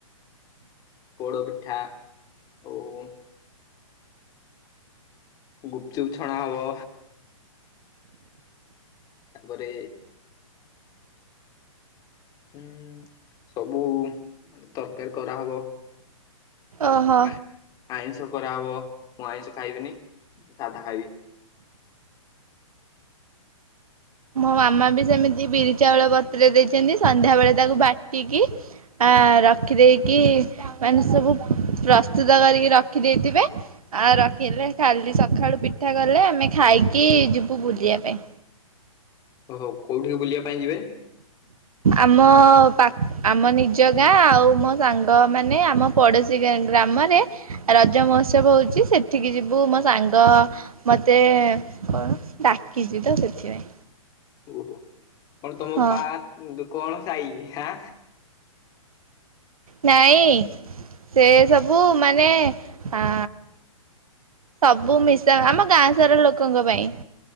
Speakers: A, on the left; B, on the right.
A: ପୋଡ଼ପିଠା ଆଉ ଗୁପଚୁପ ଛଣା ହବ। ତାପରେ ଉଁ ସବୁ ମାନେ ତରକାରୀ କରାହବ।
B: ଓହୋ
A: ଆଁ ଆଇଁଷ କରରାହବ ମୁଁ ଆଇଁଷ ଖାଇବିନି ମୁଁ ସାଧା ଖାଇବି।
B: ମୋ ମାମା ବି ସେମିତି ବିରି ଚାଉଳ ବତ୍ରେଇ ଦେଇଚନ୍ତି ସନ୍ଧ୍ୟା ବେଳେ ତାକୁ ବାଟିକି ଆ ରଖି ଦେଇକି ମାନେ ସବୁ ପ୍ରସ୍ତୁତ କରିକି ରଖି ଦେଇେଇଥିବେ। ଆ ରଖିଲେ କାଲି ସକାଳୁ ପିଠା କଲେ ଆମେ ଖାଇକି ଯିବୁ ବୁଲିଆ ପାଇଁ।
A: ଓ ହୋ କେଉଠିକି ବୁଲିବା ପାଇଁ ଯିବେ?
B: ଆମ ପା ଆମ ନିଜ ଗାଁ ଆଉ ମୋ ସାଙ୍ଗ ମାନେ ଆମ ପଡୋଶୀ ଗ୍ରାମରେ ରଜ ମହୋତ୍ସବ ହଉଛି ସେଠିକି ଯିବୁ ମୋ ସାଙ୍ଗ ମତେ କଣ ଡାକିଚି ତ ସେଥିପାଇଁ।
A: ଓହୋ କଣ ତମ
B: ହଁ
A: ପା କଣ ସାଇ ହା?
B: ନାଇଁ ସେ ସବୁ ମାନେ ଅ ସବୁ ମିଶା ଆମ ଗାଁ ସାରା ଲୋକଙ୍କ ପାଇଁ।